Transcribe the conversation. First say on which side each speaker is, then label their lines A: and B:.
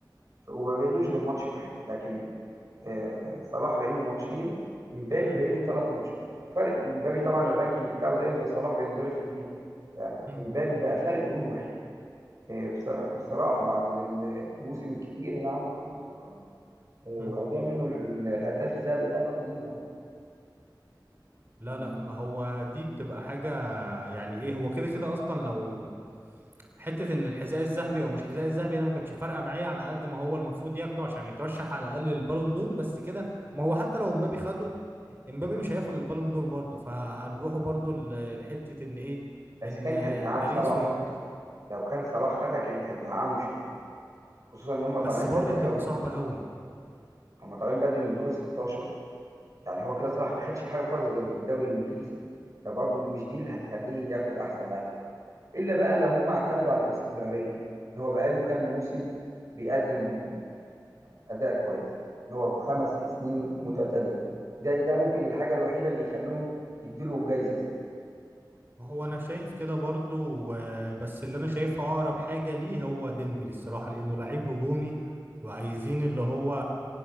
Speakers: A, on the right (about 45°); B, on the right (about 30°).
A: ف- وما بقالوش غير ماتش واحد لكن آه، صلاح باقي له ماتشين مبابي
B: امم
A: باقي له ثلاث ماتشات فرق ومبابي طبعا الرانكينج بتاعه زيه زي صلاح بينضرب في اثنين
B: امم
A: مبابي بقى فرق جون واحد آه، بص- بصراحة بعد ال- الموسم الكبير اللي عمله محمد صلاح آه، وهيضيع
B: امم
A: منه ال- ال- الهداف الذهبي ده الواحد يزعل
B: لا
A: يعني
B: لا ما هو دي بتبقى حاجة يعني ايه هو كده كده اصلا لو حتة ان الحذاء الذهبي او مش حذاء الذهبي انا ما كانتش فارقة معايا على قد ما هو المفروض ياخده عشان يترشح على الاقل للبالون دور بس كده ما هو حتى لو امبابي خده امبابي مش هياخد البالون دور برضه فهنروحوا برضه ل- لحتة ان ايه
A: بس
B: ان
A: كانت هدعام
B: باريس
A: صلاح
B: والانتر
A: لو كان صلاح خدها كانت هدعامه شوية خصوصا ان هم طالعين
B: بس برضه
A: بدري
B: هتبقى
A: قوي
B: صعبة قوي
A: هم طالعين بدري من دور ال 16 يعني هو كده صلاح ما خدش حاجة خالص غير الدوري الانجليزي فبرضه دي مش دي اللي هتخليه ياخد احسن لاعب في العالم الا بقى لو هم اعتمدوا على الاستمرارية ان هو بقاله كام موسم بيقدم اداء كويس ان هو بخمس ست سنين متتاليه ده ده ممكن الحاجه الوحيده اللي يخلوهم يديله جايزه زي
B: ما هو انا شايف كده برضو و- بس اللي انا شايفها اقرب حاجه ليه هو ديمبلي الصراحه لانه لعيب هجومي وعايزين اللي هو